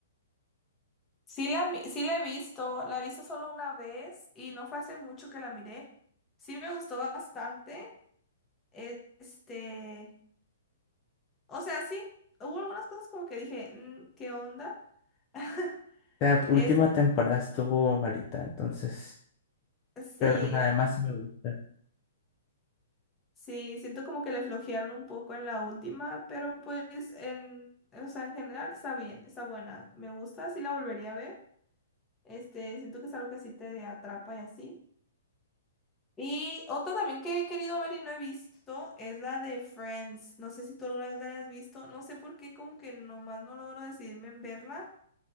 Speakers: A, on the left (about 20°); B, on the left (about 35°).
A: Sí la, mi- sí la he visto, la he visto solo una vez y no fue hace mucho que la miré. Sí me gustó bastante. e- Este, o sea, sí, hubo algunas cosas como que dije, "Mm, ¿qué onda? <laughs>
B: La última
A: Es,
B: temporada estuvo malita, entonces,
A: sí,
B: pero además sí me gusta.
A: Sí, siento como que le flojearon un poco en la última, pero pues en, o sea, en general está bien, está buena. Me gusta, sí la volvería a ver. Este, siento que es algo que sí te atrapa y así. Y otra también que he querido ver y no he visto es la de Friends. No sé si tú alguna vez la hayas visto. No sé por qué, como que nomás no logro decidirme en verla.